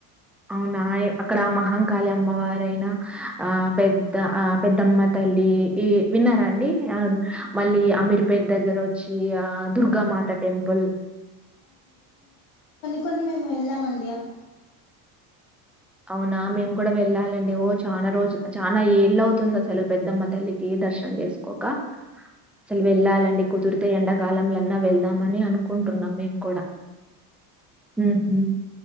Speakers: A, in the centre; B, on the left.
A: అవునా అక్కడ మహంకాళి అమ్మవారైనా ఆ పెద్ద ఆ పెద్దమ్మ తల్లి ఈ విన్నారా అండి అది మళ్ళీ అమీర్ పేట్ దగ్గరొచ్చి ఈ ఆ దుర్గా మాత టెంపుల్
B: కొన్ని మేము వెళ్ళామండి అ
A: అవునా మేము కూడా వెళ్ళాలండి ఓ చానా రోజు చానా ఏళ్ళ అవుతుంది అసలు పెద్దమ్మ తల్లికి దర్శనం చేసుకోక అసలు వెళ్ళాలండి కుదిరితే ఎండాకాలంలన్నా వెళ్దామని అనుకుంటున్నాం మేము కూడా ఉహు